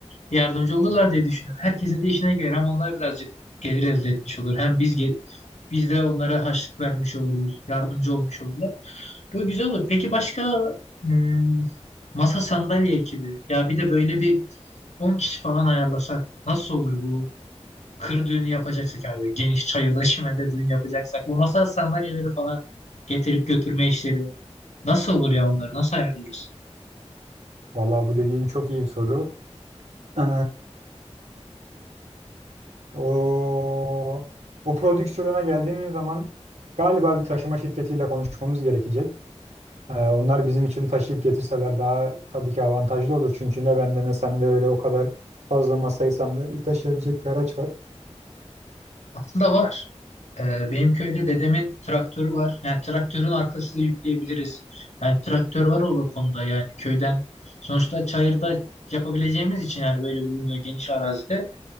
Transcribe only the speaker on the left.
Yardımcı olurlar diye düşünüyorum. Herkesin de işine gelir hem onlar birazcık gelir elde etmiş olur. Hem biz ge- biz de onlara harçlık vermiş oluruz. Yardımcı olmuş olurlar. Böyle güzel olur. Peki başka hmm, masa sandalye ekibi. Ya bir de böyle bir 10 kişi falan ayarlasak nasıl olur bu? Kır düğünü yapacaksak abi. Geniş çayırda çimende düğün yapacaksak. Bu masa sandalyeleri falan getirip götürme işleri. Nasıl olur ya onları? Nasıl ayarlarız?
Aslında var. Ee, benim köyde dedemin traktörü var. Yani traktörün arkasını yükleyebiliriz. Yani traktör var o konuda yani köyden. Sonuçta çayırda yapabileceğimiz için yani böyle bir ürünü geniş arazide.